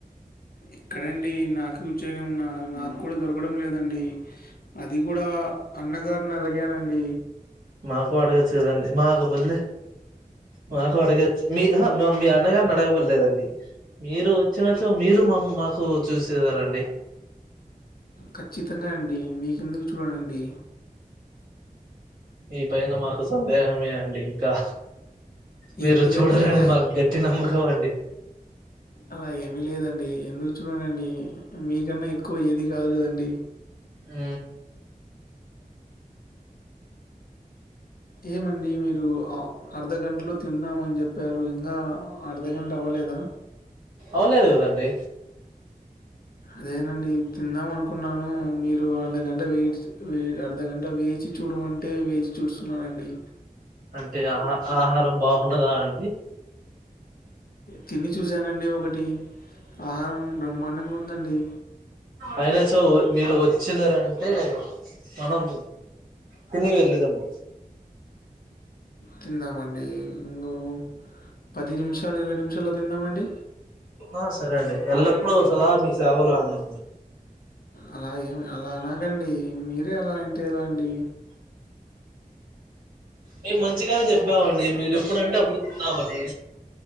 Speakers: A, on the left; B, on the right.
A: ఎక్కడండి నాకు ఉద్యోగం న్నా నాకు కూడా దొరకడం లేదండి అది కూడా అన్నగారిని అలిగాను అండి
B: మాకు అడగొచ్చు కదండి మాకుబులు మాకు అడగచ్చు మీఆహా మీ అన్నగారిని అడగమనలేదండి మీరు వచ్చినో మీరు మా మాకు చూసేదరండీ
A: ఖచ్చితంగా అండి మీకెందుకు చూడానండి
B: మీ పైన మాకు సందేహమే అండి ఇంకా మీరు
A: ఎందుకండి
B: చూడాలని
A: అలా?
B: మాకు గట్టి నమ్మకం అండి
A: అలా ఏమీ లేదండి ఎందుకు చూడనండి మీకన్నా ఎక్కువ ఏది కాదు కదండి
B: ఊ
A: ఏమండి మీరు అర్ధగంటలో తిన్నామని చెప్పారు ఇంగా అర్ధగంట అవ్వలేదా
B: అవలేదు కదండి
A: అదేనండి తిందాం అనుకున్నాను మీరు అర్ధగంట వే అర్ధగంట వేచి చూడమంటే వేచి చూస్తున్నానండి
B: అంటే ఆహ ఆహారం బాగుండదా అండి
A: తిని చూసానండి ఒకటి ఆహారం బ్రహ్మాండంగా ఉందండి
B: అయినా చో మీరు వచ్చేదరు అంటే మనం తిని వెళ్ళేదేము
A: తిందామండి ఇంగో పది నిమిషాలు ఇరవై నిమిషాల్లో తిందామండి
B: ఆ సరే అండి ఎల్లప్పుడూ సదా మీ సేవలో అండి
A: అలా ఏమి అలా అనకండి మీరే అలా అంటే ఎలా అండి
B: మేము మంచిగానే చెప్పామండి మీరు ఎప్పుడుంటే అప్పుడు తిందామని